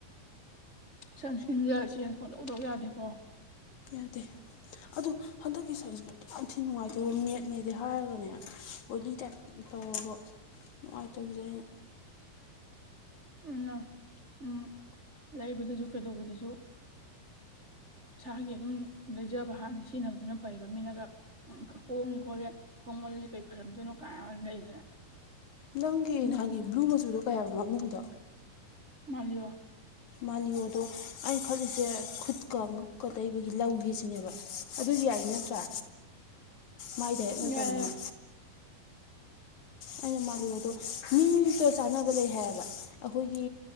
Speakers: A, on the right; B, on the left.
A: ꯁꯟꯁ꯭ꯀ꯭ꯔꯤꯟꯁꯒ ꯆꯦꯟꯖ ꯀꯧꯗꯧꯗꯧ ꯌꯥꯗꯦꯀꯣ
B: ꯌꯥꯗꯦ ꯑꯗꯣ ꯍꯟꯗꯛꯀꯤ ꯁꯟꯁꯀ꯭ꯔꯤꯠꯇꯤ ꯌꯥꯝ ꯊꯤꯅ ꯅꯨꯡꯉꯥꯏꯇꯕ ꯃꯦꯠꯅꯦꯗꯤ ꯍꯥꯏꯔꯒꯅꯦ ꯑꯣꯏꯂꯤ ꯇꯥꯏꯞ ꯑꯗꯨꯝ ꯇꯧꯧꯕ ꯅꯨꯡꯉꯥꯏꯇꯕꯁꯦ ꯑꯩꯅ
A: ꯎ ꯎꯝ ꯂꯩꯕꯗꯁꯨ ꯀꯩꯗꯧꯕꯗꯁꯨ ꯏꯁꯥꯒꯤ ꯑꯗꯨꯝ ꯂꯩꯖꯕ ꯍꯥꯟꯅ ꯁꯤꯖꯤꯟꯅꯕꯗꯨꯅ ꯐꯩꯕ ꯃꯤꯅꯒ ꯎꯝ ꯍꯣꯡꯉꯤ ꯈꯣꯠꯂꯦ ꯍꯣꯡꯃꯗꯤ ꯀꯩ ꯐꯔꯝꯗꯣꯏꯅꯣ ꯀꯥꯏ ꯂꯩꯗꯅ
B: ꯅꯪꯒꯤ
A: ꯃꯤ
B: ꯅꯍꯥꯟꯒꯤ ꯕ꯭ꯂꯨ ꯃꯆꯨꯗꯣ ꯀꯌꯥꯣ ꯃꯃꯤꯡꯗꯣ
A: ꯃꯥꯕꯤꯣ
B: ꯃꯥꯜꯂꯤꯌꯣꯗꯣ ꯑ ꯈꯜꯂꯤꯁꯦ ꯈꯨꯠꯀ ꯉꯛꯀ ꯇꯩꯕꯒꯤ ꯂꯧꯒꯦꯁꯤꯅꯦꯕ ꯑꯗꯨꯗꯤ ꯌꯥꯏꯗꯤ ꯅꯠꯇ꯭ꯔꯥ ꯃꯥꯏꯗ ꯍꯦꯛ ꯅꯠꯇꯕꯅꯤꯅ
A: ꯌꯥꯏ
B: ꯑꯩꯅ ꯃꯥꯜꯂꯤ ꯑꯗꯣ ꯃꯤ ꯑꯇ ꯆꯥꯟꯅꯕ ꯂꯩ ꯍꯥꯏꯌꯦꯕ ꯑꯩꯈꯣꯏꯒꯤ